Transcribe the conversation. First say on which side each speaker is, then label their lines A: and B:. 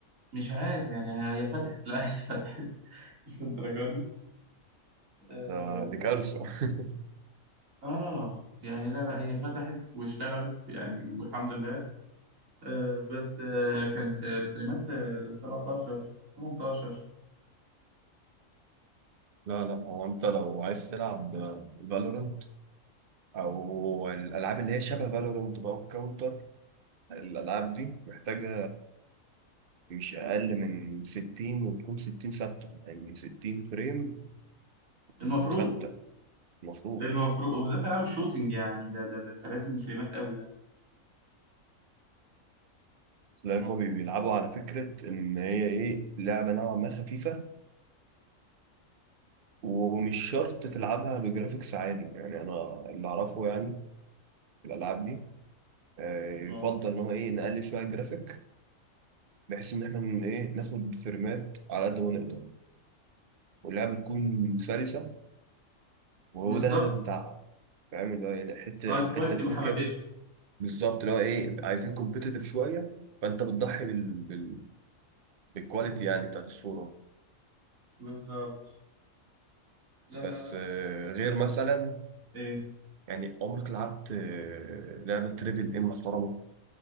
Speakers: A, on the right; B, on the right.
A: مش عارف يعني هي فتحت لا <laughs> هي فتحت مش للدرجه دي اه
B: ده دي كارثة <laughs>
A: آه، يعني لا لا هي فتحت واشتغلت يعني والحمد لله آه بس آه كانت آه، فريمات آه 17 18
B: لا لا هو انت لو عايز تلعب فالورنت او الالعاب اللي هي شبه فالورنت بقى والكاونتر الالعاب دي محتاجة مش اقل من 60 وتكون 60 ثابتة يعني 60 فريم
A: المفروض
B: وثابتة المفروض
A: المفروض وبالذات العاب الشوتينج يعني ده, ده, ده انت لازم فريمات قوي يعني
B: تلاقي هما بي- بيلعبوا على فكرة ان هي ايه لعبة نوعا ما خفيفة ومش شرط تلعبها بجرافيكس عالي يعني انا اللي اعرفه يعني في الالعاب دي آه، يفضل
A: اه
B: ان هو ايه نقلل شويه الجرافيك بحيث ان احنا من ايه ناخد فريمات على قد ما نقدر واللعبه تكون سلسه وهو
A: بالظبط
B: ده الهدف بتاعها فاهم اللي هو يعني الحته
A: اه الكواليتي
B: الحته تكون
A: ما حبكتش
B: فيها بالظبط اللي هو ايه عايزين كومبيتيتيف شويه فانت بتضحي بال... بال... بالكواليتي يعني بتاعت الصوره
A: بالظبط لا
B: بس
A: لا لا
B: آه،
A: بصراحة ال-
B: غير مثلا
A: ايه
B: يعني عمرك لعبت آه، لعبه تريبل ام محترمه